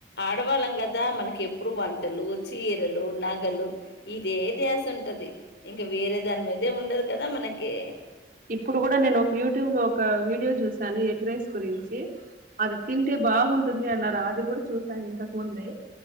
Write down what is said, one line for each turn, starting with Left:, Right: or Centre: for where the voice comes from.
Left: ఆడవాళ్ళం కదా మనకి ఎప్పుడు వంటలు చీరలు నగలు ఇదే ద్యాస ఉంటది ఇంకా వేరే దాని మీదే ఉండదు కదా మనకి
Right: ఇప్పుడు కూడ నేను ఒక యూట్యూబ్ లో ఒక వీడియో చూశాను ఎగ్ రైస్ గురించి అది తింటే బాగుంటుంది అన్నారు అది కూడ చూసాను ఇంతకుముందే